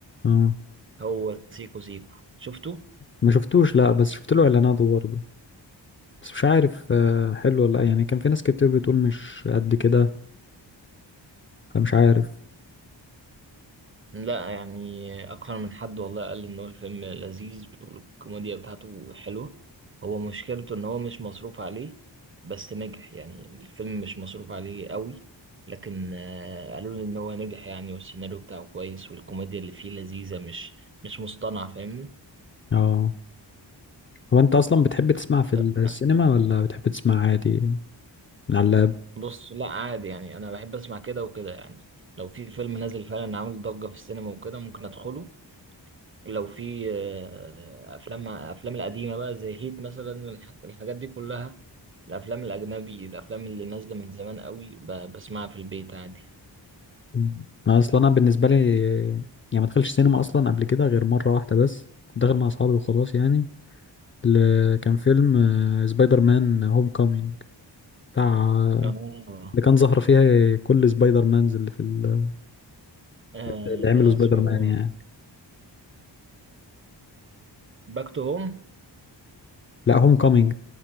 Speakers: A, on the left; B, on the right.
A: اه
B: هو سيكو سيكو شفته؟
A: ما شفتوش لا بس شفت له اعلاناته برضه بس مش عارف آه، حلو ولا لأ. يعني كان في ناس كتير بتقول مش قد كده فمش عارف
B: لا يعني أكثر من حد والله قال إن هو الفيلم لذيذ والكوميديا بتاعته حلوة هو مشكلته إن هو مش مصروف عليه بس نجح يعني الفيلم مش مصروف عليه قوي لكن آه، قالوا لي إن هو نجح يعني والسيناريو بتاعه كويس والكوميديا اللي فيه لذيذة مش مش مصطنعة فاهمني؟
A: اه هو انت اصلا بتحب تسمع في السينما
B: انت؟
A: ولا بتحب تسمع عادي من على
B: بص لا عادي يعني انا بحب اسمع كده وكده يعني لو في فيلم نازل فعلا عامل ضجة في السينما وكده ممكن ادخله لو في آه، افلام افلام القديمة بقى زي هيت مثلا الح- الحاجات دي كلها الافلام الاجنبي الافلام اللي نازلة من زمان قوي ب- بسمعها في البيت عادي
A: مم. اصلا انا بالنسبه لي يعني ما دخلش سينما اصلا قبل كده غير مره واحده بس كنت داخل مع اصحابي وخلاص يعني ل- كان فيلم آه، سبايدر مان هوم كومينج بتاع
B: اه
A: اللي كان ظهر فيها كل سبايدر مانز اللي في ال-
B: آه،
A: اللي عملوا
B: ده
A: سبايدر
B: اسمه
A: مان يعني
B: باك تو هوم
A: لا هوم كومينج